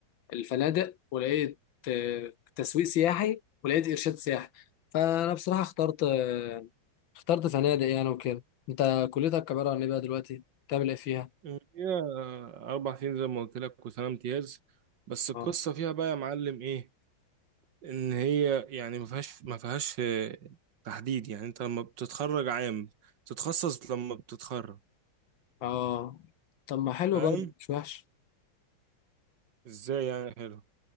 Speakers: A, on the left (about 75°); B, on the right (about 65°).
A: الفنادق ولقيت آه، تسويق سياحي ولقيت إرشاد سياحي فأنا بصراحة اخترت آه، اخترت فنادق يعني وكده انت كليتك عبارة عن ايه بقى دلوقتي بتعمل ايه فيها
B: هي أربع سنين زي ما قلت لك وسنة امتياز بس القصة
A: اه
B: فيها بقى يا معلم إيه إن هي يعني ما فيهاش ما فيهاش آه، تحديد يعني أنت لما بتتخرج عام تتخصص لما بتتخرج
A: اه طب ما حلو
B: فاهم
A: برضه مش وحش
B: إزاي يعني حلو